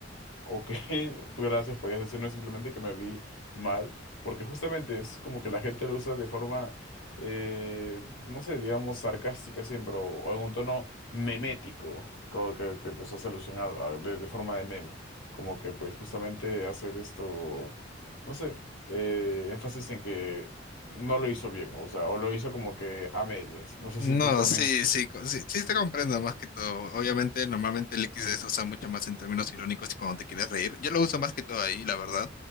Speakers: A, on the left; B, on the left.
A: Ok, <laughs> gracias, podías decir, no es simplemente que me vi mal, porque justamente es como que la gente lo usa de forma, eh, no sé, digamos sarcástica siempre, o, o en un tono memético, como que, que, pues hace alusión a- a- de, de forma de meme, como que pues justamente hacer esto, no sé, eh, énfasis en que no lo hizo bien, o sea, o lo hizo como que a medias, no sé
B: No,
A: si tú también,
B: sí, sí, co- sí, sí te comprendo más que todo. Obviamente, normalmente el XD se usa mucho más en términos irónicos y cuando te quieres reír. Yo lo uso más que todo ahí, la verdad.